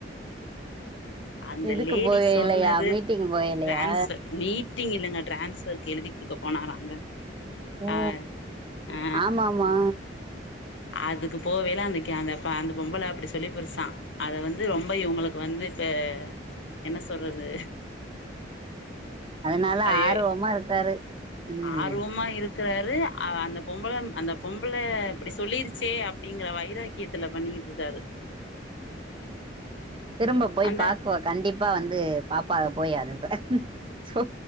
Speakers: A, on the left; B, on the right.
A: அந்த
B: இதுக்கு
A: லேடி
B: போகலையா
A: சொன்னது
B: மீட்டிங் போகலையா
A: டிரான்ஸ மீட்டிங் இல்லங்க டிரான்ஸ்பர்க்கு எழுதி குடுக்க போனாராங்க
B: ஓ
A: அ ஆ
B: ஆமாமா
A: அதுக்கு போவைல அன்னக்கு அந்த அந்த பொம்பல அப்புடி சொல்லி புடிச்சா அத வந்து ரொம்ப இவுங்களுக்கு வந்து து இப்ப என்ன சொல்றது
B: அதனால
A: அது
B: ஆர்வமா இருக்காரு ம்
A: ஆர்வமா இருக்கறாரு அவ அந்த பொம்பள அந்த பொம்பள இப்டி சொல்லிருச்சே அப்படிங்கிற வைராக்கியத்துல பண்ணிகிட்டு இருக்காரு
B: திரும்ப போய்
A: அந்த
B: பாக்குவ கண்டிப்பா வந்து பாப்பா போய் அனுப்றே ம் சோ